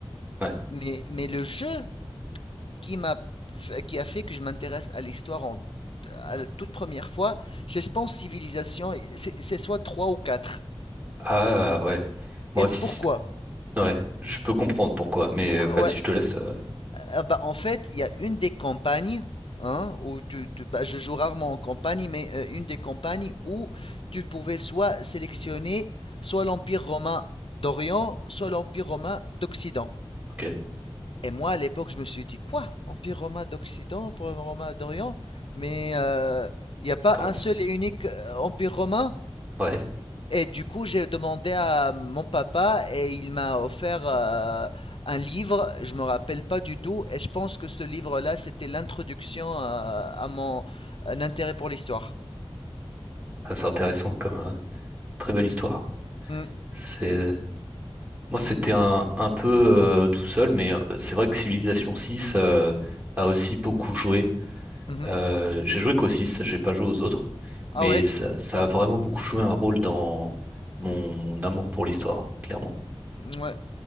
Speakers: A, on the right; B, on the left.
A: ouais.
B: Mais, mais le jeu qui m'a, f- qui a fait que je m'intéresse à l'histoire en, à la toute première fois, je pense Civilisation, c'est c'est soit 3 ou 4.
A: Ah ouais. Moi
B: Et
A: aussi,
B: pourquoi?
A: ouais, je peux comprendre pourquoi, mais
B: Ouais,
A: euh, vas-y, je te laisse. euh,
B: Ah bah, en fait, il y a une des campagnes, hein, où tu, tu- bah, je joue rarement en campagne, mais euh, une des campagnes où tu pouvais soit sélectionner soit l'Empire romain d'Orient, soit l'Empire romain d'Occident.
A: ok,
B: Et moi, à l'époque, je me suis dit, quoi? Empire romain d'Occident, Empire romain d'Orient? Mais euh, il n'y a pas
A: commence.
B: un seul et unique euh, Empire romain?
A: Ouais,
B: Et du coup, j'ai demandé à mon papa et il m'a offert euh, un livre, je me rappelle pas du tout, et je pense que ce livre-là, c'était l'introduction euh, à mon un intérêt pour l'histoire.
A: ah, c'est intéressant comme euh, très belle histoire.
B: Mm,
A: C'est moi c'était un, un peu euh, tout seul, mais euh, c'est vrai que Civilization 6 euh, a aussi beaucoup joué.
B: mhm.
A: Euh, j'ai joué qu'au 6, j'ai pas joué aux autres,
B: Ah
A: mais
B: ouais?
A: ça, ça a vraiment beaucoup joué un rôle dans mon, mon amour pour l'histoire, clairement.
B: Mm, ouais.